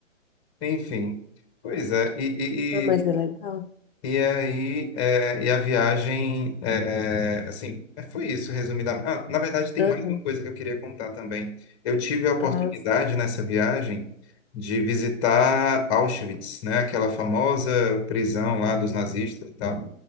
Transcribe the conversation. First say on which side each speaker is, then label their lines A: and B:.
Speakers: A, on the left; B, on the left.
A: Enfim, pois é, e,
B: Ah, mas é legal.
A: E aí, é, e a viagem, é, assim, é, foi isso, resumidamente. Ah, na verdade, tem
B: Aham.
A: mais uma coisa que eu queria contar também. Eu tive a oportunidade
B: Ah,
A: nessa viagem de visitar Auschwitz, né? Aquela famosa prisão lá
B: uhum.
A: dos nazistas e tal.